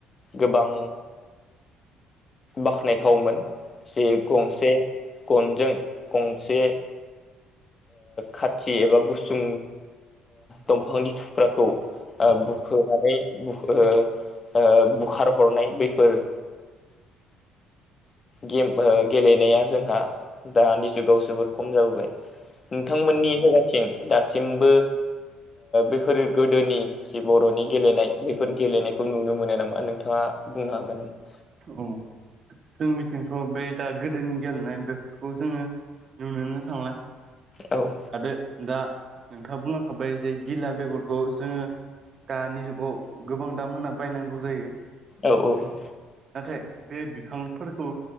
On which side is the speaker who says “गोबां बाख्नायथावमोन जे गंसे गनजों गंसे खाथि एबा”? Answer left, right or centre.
Left